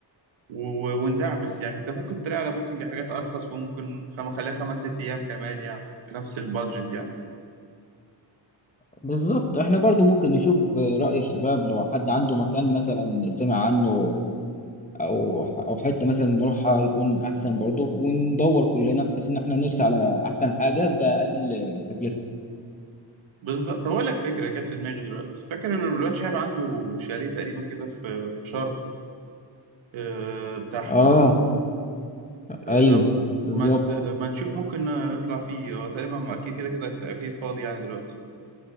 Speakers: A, on the right (about 85°); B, on the left (about 15°).
A: و- وندعبس يعني انت ممكن تلاقي على بوكينج حاجات ارخص وممكن خم... خليها خمس ست ايام كمان يعني بنفس البادجت يعني
B: بالظبط احنا برضو ممكن نشوف رأي الشباب لو حد عنده مكان مثلا سمع عنه او او حتة مثلا نروحها يكون احسن برضو وندور كلنا بحيث ان احنا نرسى على احسن حاجة بأقل تكلفة
A: بالظبط طب اقول لك فكره جت في دماغي دلوقتي فاكر ان الولاد شهاب عنده شاليه تقريبا كده في في شرم آه، بتاعهم
B: اه
A: آه،
B: ايوه
A: ده
B: بالظبط
A: ما ت- ما نشوف ممكن نطلع فيه آه، تقريبا ما اكيد كده كده اكيد فاضي يعني دلوقتي